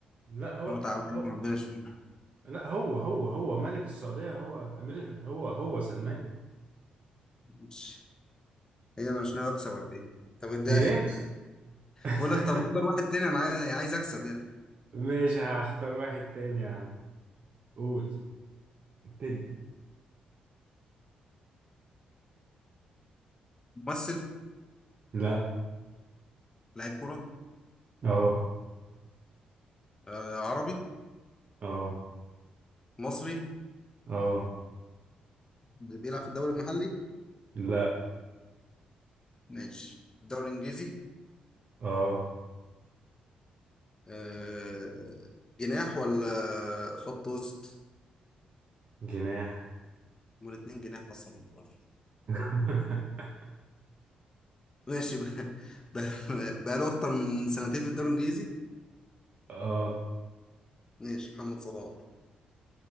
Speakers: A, on the right; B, on the left.
A: لا هو
B: هو تعبان
A: هو
B: ربنا يشفيه
A: لا هو هو هو ملك السعودية هو أمير هو هو سلمان
B: مش هي انا مش ناوي اكسب ولا ايه طب ده
A: ايه <laughs>
B: بقول لك طب اختار واحد تاني انا عاي- عايز اكسب يعني
A: ماشي هختار واحد تاني يا عم قول ابتدي
B: ممثل
A: لا
B: لاعب كرة
A: اه
B: آه عربي
A: اه
B: مصري
A: اه
B: بيلعب في الدوري المحلي
A: لا
B: ماشي الدوري الانجليزي
A: اه
B: آه جناح ولا خط وسط
A: جناح
B: هما الاتنين جناح اصلا من بره
A: <laughs>
B: ماشي <laughs> بقى بقى- بقى له اكتر من سنتين في الدوري الانجليزي
A: اه
B: ماشي محمد صلاح